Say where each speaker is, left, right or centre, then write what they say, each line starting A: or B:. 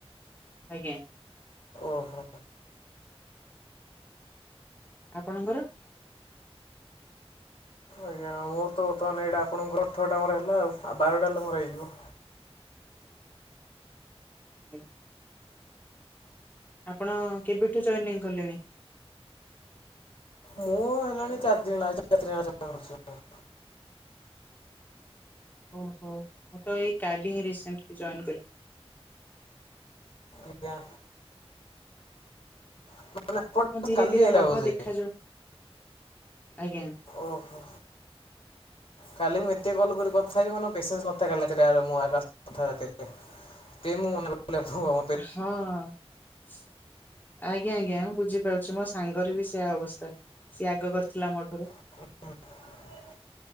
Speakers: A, on the left; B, on the left.
A: ଆଜ୍ଞା।
B: ଓହୋ
A: ଆପଣଙ୍କର?
B: ଆଜ୍ଞା ମୋର ତ ବର୍ତ୍ତମାନ ଏଇଟା ଆପଣଙ୍କର ଅଠରଟା ମୋର ହେଲା ଆଉ ବାରଟା ହେଲେ ମୋର ହେଇଯିବ।
A: ଆଜ୍ଞା। ଆପଣ କେବେଠୁ ଜଏନିଙ୍ଗି କଲେଣି?
B: ମୁଁ ହେଲାଣି ଚାରି ଦିନ ହେଲା ଚାରିଦିନ ହେଲା ଜଏନିଙ୍ଗ କରିଛି।
A: ଓହୋ ମୁଁ ତ ଏଇ କାଲି ରିସେଣ୍ଟିଲି ଜଏନ କଲି।
B: ଆଜ୍ଞା। <unintelligible>
A: ହଁ ଧୀରେ ଧୀରେ
B: ଆଇଲା
A: ହବ
B: ବୋଧେ
A: ଦେଖାଯାଉ ଆଜ୍ଞା।
B: ଓହୋ। କାଲି ମୁଁ ଏତେ କଲ୍ କରି କଥା ହେଇଛି ମାନେ ମୋ ପେସେନ୍ସ ନଥାଏ କାଲି ରାତିଟା ମୁଁ ଆଉ କା କଥା ହେବାକୁ ରାତିରେ। ଟି ମୁଁ <unintelligible> ଭୁଅ।
A: ହଁ। ଆଜ୍ଞା ଆଜ୍ଞା ମୁଁ ବୁଝିପାରୁଛି ମୋ ସାଙ୍ଗର ବି ସେୟା ଅବସ୍ଥା। ସିଏ ଆଗ କରିଥିଲା ମୋ ଠାରୁ।
B: <unintelligible>